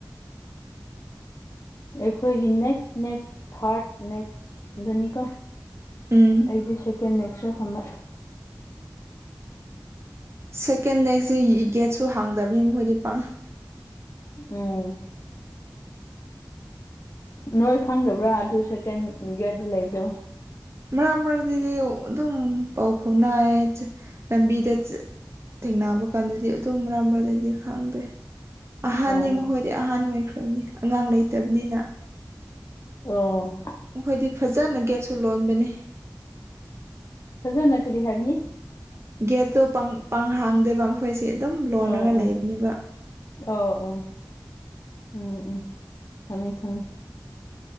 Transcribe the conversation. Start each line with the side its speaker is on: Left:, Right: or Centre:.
Left: ꯑꯩꯈꯣꯏꯒꯤ ꯅꯦꯛꯁ ꯅꯦꯛꯁ ꯊꯥꯔꯠ ꯅꯦꯛꯁ ꯗꯅꯤꯀꯣ
Right: ꯎꯝ
Left: ꯑꯩꯗꯤ ꯁꯦꯀꯦꯟ ꯅꯦꯛꯁꯔ ꯈꯟꯕ
Right: ꯁꯦꯀꯦꯟ ꯅꯦꯛꯁꯁꯤ ꯒꯦꯠꯁꯨ ꯍꯥꯡꯗꯕꯅꯤ ꯃꯈꯣꯏꯗꯤ ꯄꯥ
Left: ꯎꯝ ꯅꯣꯏ ꯈꯪꯗꯕ꯭ꯔꯥ ꯑꯗꯨ ꯁꯦꯀꯦꯟ ꯒꯦꯠꯗ ꯂꯩꯕꯗꯣ
Right: ꯃꯔꯛ ꯃꯔꯛꯇꯗꯤ ꯑꯗꯨꯝ ꯄꯥꯎ ꯐꯥꯎꯅꯥꯏ ꯂꯝꯕꯤꯗ ꯆꯠ ꯊꯦꯡꯅꯕ ꯀꯥꯟꯗꯗꯤ ꯑꯗꯨꯝ ꯃꯔꯛ ꯃꯔꯛꯗꯗꯤ ꯈꯪꯗꯦ ꯑꯍꯥꯟꯅꯤ
Left: ꯑꯣ
Right: ꯃꯈꯣꯏꯗꯤ ꯑꯍꯥꯟ ꯑꯣꯏꯈ꯭ꯔꯕꯅꯤ ꯑꯉꯥꯡ ꯂꯩꯇꯕꯅꯤꯅ
Left: ꯑꯣ
Right: ꯃꯈꯣꯏꯗꯤ ꯐꯖꯅ ꯒꯦꯠꯁꯨ ꯂꯣꯟꯕꯅꯤ
Left: ꯐꯖꯅ ꯀꯔꯤ ꯍꯥꯏꯕꯤꯅꯤ
Right: ꯒꯦꯠꯇꯣ ꯄꯪ ꯄꯪ ꯍꯥꯡꯗꯦꯕ ꯑꯩꯈꯣꯏꯁꯦ ꯑꯗꯨꯝ ꯂꯣꯟꯂꯒ
Left: ꯑꯥ ꯑꯥ
Right: ꯂꯩꯕꯅꯦꯕ
Left: ꯑꯧ ꯑꯣ ꯎꯝ ꯎꯝ ꯈꯪꯉꯦ ꯈꯪꯉꯦ